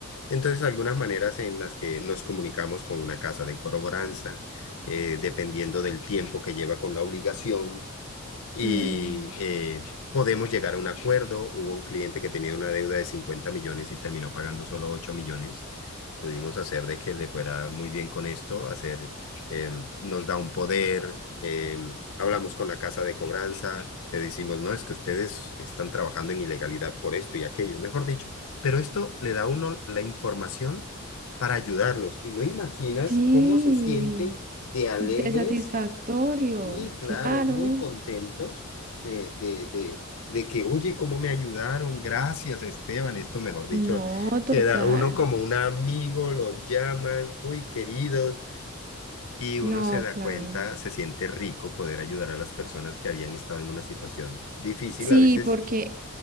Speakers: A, on the left; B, on the right.
A: Entonces, algunas maneras en las que nos comunicamos con una casa de corroboranza, eh, dependiendo del tiempo que lleva con la obligación, y
B: ujú.
A: eh, podemos llegar a un acuerdo. Hubo un cliente que tenía una deuda de 50 millones y terminó pagando solo 8 millones. Pudimos hacer de que le fuera muy bien con esto, hacer, eh, nos da un poder, eh, hablamos con la casa de cobranza, le decimos, no, es que ustedes están trabajando en ilegalidad por esto y aquello, mejor dicho, pero esto le da a uno la información para ayudarlos. Y no imaginas
B: Sí,
A: cómo se sienten de alegres
B: de satisfactorio,
A: y claro,
B: claro.
A: muy contentos de, de, de, de que, oye, cómo me ayudaron, gracias Esteban, esto mejor dicho,
B: No,
A: queda
B: total.
A: uno como un amigo, lo llaman, muy queridos, y
B: No,
A: uno se da
B: claro.
A: cuenta, se siente rico poder ayudar a las personas que habían estado en una situación difícil,
B: Sí,
A: a veces
B: porque